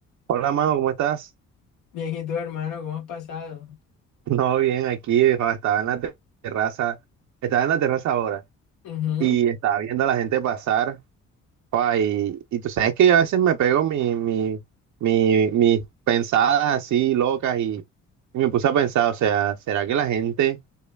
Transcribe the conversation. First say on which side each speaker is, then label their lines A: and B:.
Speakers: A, on the right; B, on the left.
A: Hola, mano, ¿cómo estás? <laughs>
B: Bien, ¿y tú, hermano, cómo has pasado?
A: No, bien, aquí eh, jo, estaba en la te- terraza, estaba en la terraza ahora
B: Ujú.
A: y estaba viendo a la gente pasar. jo, y, y tú sabes que yo a veces me pego mi, mi, mi- mis pensadas así locas y, y me puse a pensar, o sea, ¿será que la gente